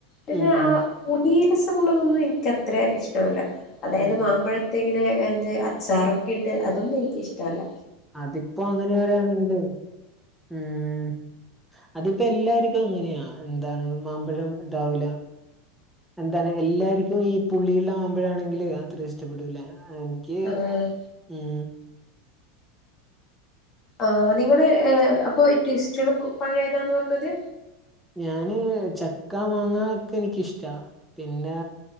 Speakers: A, on the left; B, in the centre.
A: പക്ഷേ
B: ഉം
A: ആ പുലി രസമുള്ളതൊന്നും എ ഇനിക്കത്ര ഇഷ്ടമല്ല അതായത്
B: ഉം
A: മാമ്പഴത്തെ ഇങ്ങനെ എന്തെ അച്ചാറൊക്കെ ഇട്ട് അതൊന്നും എനിക്കിഷ്ടല്ല
B: അതിപ്പോ അങ്ങനെ വരാണെങ്കിലെ ഉം അതിപ്പെ എല്ലാർക്കും അങ്ങനെയാ എന്താണ് മാമ്പഴം രാവില എന്താണ് എല്ലാർക്കും ഈ പുള്ളി ഇള്ള മാമ്പഴാണെങ്കിലെ അത്ര ഇഷ്ടപ്പെടൂല ആ എനിക്ക്
A: ആഹ്
B: ഉം
A: ആഹ് നിങ്ങളെ ഏ അപ്പൊ ട്ടിഷ്ട്ടള് പൊ പഴേതാന്ന് വർഞ്ഞത്
B: ഞാന് ചക്കാ മാങ്ങാ ഒക്കെ എനിക്കിഷ്ടാ. പിന്നെ